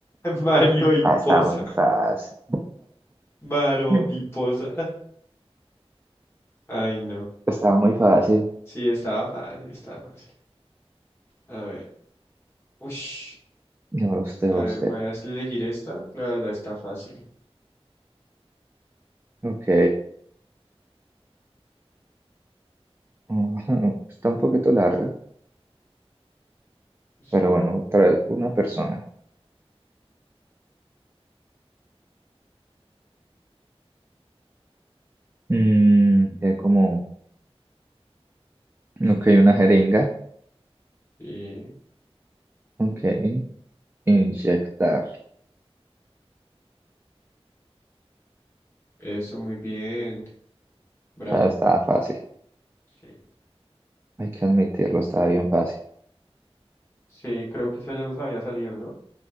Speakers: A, on the left; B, on the right.
A: Mario y
B: Ah, estaba
A: posa.
B: muy fácil.
A: Maro
B: Mm.
A: y posa. Ay, no.
B: Estaba muy fácil.
A: Sí, estaba fácil, estaba fácil. A ver. Ush.
B: No, usted,
A: A
B: usted.
A: ver, voy a elegir esta. La verdad está fácil.
B: Ok. <laughs> Está un poquito larga, pero
A: Sí,
B: bueno, otra, una persona. Mm, tiene como Ok, una jeringa.
A: sí.
B: Ok, inyectar.
A: Eso, muy bien. Bravo.
B: Ya estaba fácil.
A: Sí.
B: Hay que admitirlo, estaba bien fácil.
A: Sí, creo que esa ya nos había salido, ¿no?